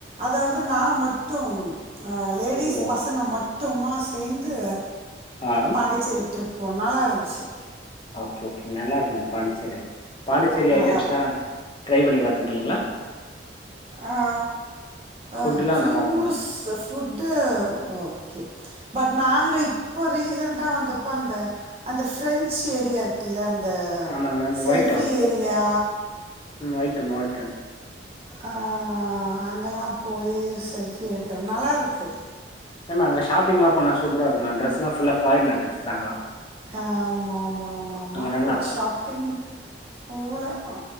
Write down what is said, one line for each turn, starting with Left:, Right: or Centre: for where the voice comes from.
Right: அதாவது நா மட்டூ அ லேடிஸ்
Left: ஓ
Right: பசங்க மட்டுமா சேந்து
Left: ஆ
Right: பாண்டிச்சேரி ட்ரிப் பொ நல்லா இருந்ச்சு
Left: ஓகே ஓகே நல்லாருக்கூ மேம் பாண்டிச்செரி பாண்டிச்செரி
Right: நல்லாயிருக்கும்
Left: ஐட்டம்ஸ்லா ட்ரை பண்ணி பாத்ருக்கீங்களா
Right: ஆ ஆ
Left: ஃபுட்டுலா
Right: juice
Left: நல்லா இருக்கும் ma'am
Right: food okay but நாங்க இப்போ ரீசெண்டா வந்தப்போ அந்த அந்த ஃப்ரெஞ்சு ஏரியா இருக் க்குல்ல அந்த
Left: ஆமாம் ma'am
Right: selfie
Left: white town
Right: area
Left: ம் ஒய்டவுன் வோட்டன்
Right: அ அங்கெல்லா போயீ செல்ஃபி எடுக்கிறோ நல்லாருக்கு
Left: மேம் அங்க ஷாப்பிங்லா போனா சூப்பரா இருக்கோ மேம் ட்ரெஸ் லா ஃபுல்லா பாரினர் ட்ரஸ்தா அங்களா
Right: அ ஆமா மா மா ம்மா
Left: நல்லாயிருக்கும்
Right: பட் ஷாப்பிங் போல அ